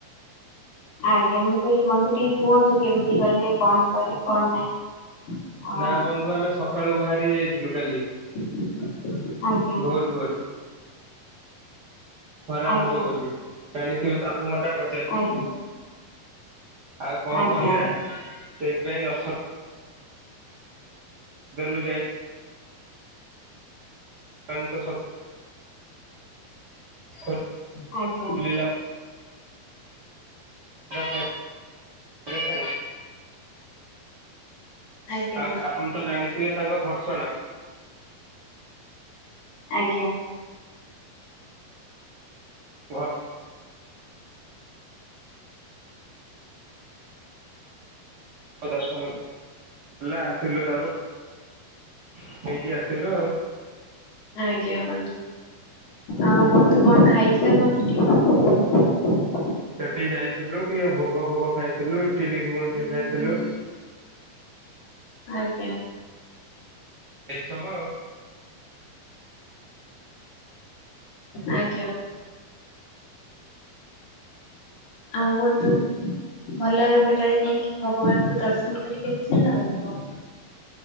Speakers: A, on the left; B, on the right.
A: ଆଜ୍ଞା ମୁଁ କହିଲି ବନ୍ଧୁ ଟିକେ କୁହନ୍ତୁ କେମିତି ଗଲେ କଣ କଲେ କଣ ନାହିଁ। ଆଉ
B: ନା ବନ୍ଧୁ ଆମେ ସ ସକାଳୁ ବାହାରି ଯାଇଥିଲୁ କାଲି।
A: ହଁ। ଆଜ୍ଞା।
B: ଭୋରୁ ଭୋରୁ ଖରା
A: ଆଜ୍ଞା
B: ହବ ବୋଲି ଜଣିଥିବେ ତାକୁ ମଜା ପଡିଯ
A: ଆଜ୍ଞା
B: ଆଉ କଣ
A: ଆଜ୍ଞା
B: କରିବା? ସେ ପାଇଁ ଦର୍ଶନ। ଦେଲୁ ଯାଇ ଭଗବାନଙ୍କୁ ଖୋଲ
A: ଆଜ୍ଞା।
B: ଲିଲା। ଆ ଆଶାଇ <unintelligible>
A: ଆଜ୍ଞା
B: ଆଉ ଆପଣ ତ ଜାଣିଥିବେ ତାଙ୍କ ଘର୍ଷଣା।
A: ଆଜ୍ଞା।
B: ଘ ଦର୍ଶନ ହେଲା ଆସିଲୁ ତାପରେ ଦେଇକି ଆସିଲୁ ଆଉ
A: ଆଜ୍ଞା ବନ୍ଧୁ ଆଉ ବନ୍ଧୁ କଣ ଖାଇଥିଲା କଣ <unintelligible>
B: ସେଠି ଯାଇଥିଲୁ ଟିକେ ଭୋଗ ଫୋଗ ଖାଇଥିଲୁ ଇଟିଲି ଘୁଗୁନି ଟିକେ ଖାଇଥିଲୁ।
A: ଆଜ୍ଞା।
B: ଏଇସବୁ ଆଉ।
A: ଆଜ୍ଞା। ଆଉ ବନ୍ଧୁ ଭଲରେ ଭଲରେ ଯାଇଁକି ଭଗବାନକୁ ଦର୍ଶନ କରିକି ଆସିଲେ ନା ବନ୍ଧୁ?